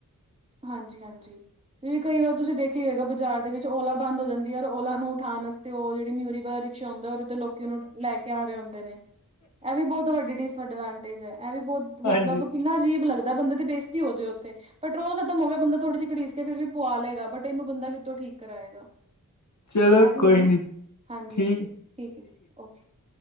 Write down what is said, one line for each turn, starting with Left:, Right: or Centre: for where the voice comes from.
Right: ਹਾਂਜੀ-ਹਾਂਜੀ। ਵੀ ਕਈ ਵਾਰ ਤੁਸੀਂ ਦੇਖਿਆ ਹੋਏਗਾ ਬਾਜ਼ਾਰ ਦੇ ਵਿੱਚ, ਓਲਾ ਬੰਦ ਹੋ ਜਾਂਦੀ ਹੈ ਔਰ ਲਾ ਨੂੰ ਉਠਾਉਣ ਵਾਤੇ ਉਹ ਜਿਹੜੀ ਮਿਊਰੀ ਵਗੈ ਪਿੱਛੇ ਆਉਂਦਾ ਉਹਦੇ ਤੇ ਲੋਕੀ ਨੂੰ ਲੈ ਕੇ ਆ ਰਹੇ ਹੁੰਦੇ ਨੇ। ਇਹ ਵੀ ਬਹੁਤ ਵੱਡੀ ਡਿਸਐਡਵਾਂਟੇਜ ਹੈ ਇਹ ਵੀ ਬਹੁਤ ਮਤਲਬ
Left: ਹਾਂਜੀ
Right: ਕਿੰਨਾ ਅਜੀਬ ਲੱਗਦਾ। ਬੰਦੇ ਦੇ ਬੇਜ਼ਤੀ ਹੋ ਜੇ ਉੱਥੇ ਬਟ ਪਟਰੋਲ ਖਤਮ ਹੋ ਗਿਆ ਬੰਦਾ ਥੋੜੀ ਜੀ ਘੜੀਸ ਕੇ ਫਿਰ ਵੀ ਪਵਾ ਲਏਗਾ ਬਟ ਇਹਨੂੰ ਬੰਦਾ ਕਿੱਥੋਂ ਠੀਕ ਕਰਾਏਗਾ।
Left: ਚਲੋ
Right: ਇਹ ਵੀ
Left: ਕੋਈ
Right: ਹੈ ਨਾ,
Left: ਨੀ
Right: ਹਾਂਜੀ-ਹਾਂਜੀ
Left: ਠੀਕ
Right: ਠੀਕ ਹੈ ਜੀ ਓਕੇ।